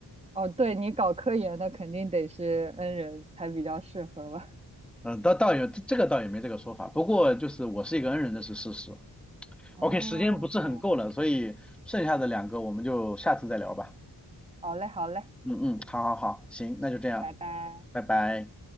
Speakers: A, on the right; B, in the centre.
A: 哦，对，你搞科研的肯定得是 N 人才比较适合吧？
B: 嗯，倒倒也这个倒也没这个说法，不过就是我是一个恩人，这是事实。
A: 哦，
B: OK，时间不是很够了，
A: 这样，
B: 所以剩下的两个我们就下次再聊吧。
A: 好嘞，好嘞，
B: 嗯嗯，好好好，行，那就这样，
A: 拜拜。
B: 拜拜。